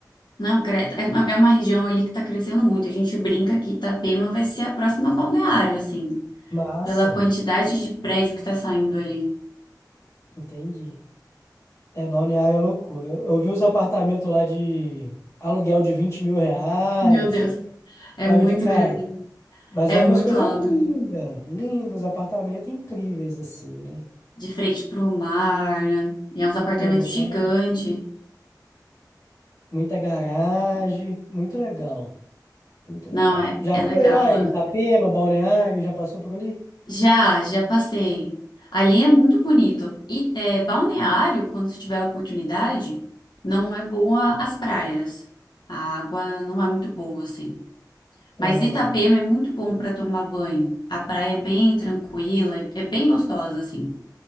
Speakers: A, on the left (about 85°); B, on the left (about 45°).
A: Não, credo. É uma, é uma região ali que tá crescendo muito. A gente brinca que Itapema vai ser a próxima balneário, assim,
B: Massa,
A: pela quantidade de prédio que tá saindo ali.
B: entendi. É, Balneário é loucura. Eu vi os apartamentos lá de aluguel de vinte mil reais,
A: Meu Deus,
B: ficava
A: é muito
B: de cara.
A: grande, né?
B: Mas
A: é
B: eram
A: muito
B: umas coisas
A: alto.
B: lindas, lindos, apartamentos incríveis, assim, né?
A: De frente pro mar, né? E é uns apartamentos
B: Tipo, mano,
A: gigantes.
B: muita garagem, muito legal, muito legal.
A: Não, é,
B: Já
A: é
B: foi
A: legal
B: lá
A: lá.
B: em Itapema, Balneário, já passou por ali?
A: Já, já passei. Ali é muito bonito. E é, Balneário, quando você tiver a oportunidade, não é boa as praias. A água não é muito boa, assim. Mas
B: Aham,
A: Itapema é muito bom para tomar banho. A praia é bem tranquila, é, é bem gostosa, assim.